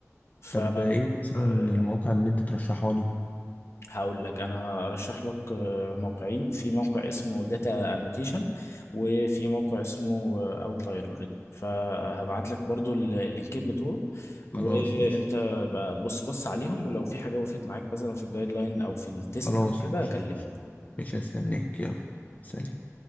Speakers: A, on the left; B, on the left.
A: ف
B: طب إيه مثلا
A: آه،
B: المواقع اللي أنت ترشحها لي
A: هقول لك انا ارشح لك آه، موقعين في موقع اسمه داتا انوتيشن وفي موقع اسمه اوتلاير اوريدي فهبعت لك برضو ال- اللينكين بتوعه وانت
B: خلاص ماشي
A: بقى بص بص عليهم ولو في حاجة وقفت معاك مثلا في الجايد لاين او في التيست
B: خلاص
A: او كده
B: ماشي
A: كلمني
B: مش هستناك يلا سلام